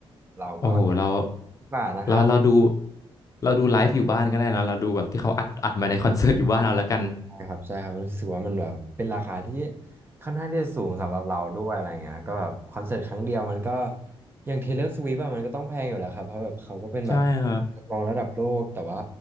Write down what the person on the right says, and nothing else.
เราก็เก็บ
ดีกว่านะครับ
นะครับใช่ครับรู้สึกว่ามันแบบเป็นราคาที่ค่อนข้างที่จะสูงสำหรับเราด้วยอะไรเงี้ยก็แบบคอนเสิร์ตครั้งเดียวมันก็อย่าง Taylor Swift อะมันก็ต้องแพงอยู่แล้วครับเพราะแบบเขาก็เป็นแบบ
นักร้องระดับโลกแต่ว่า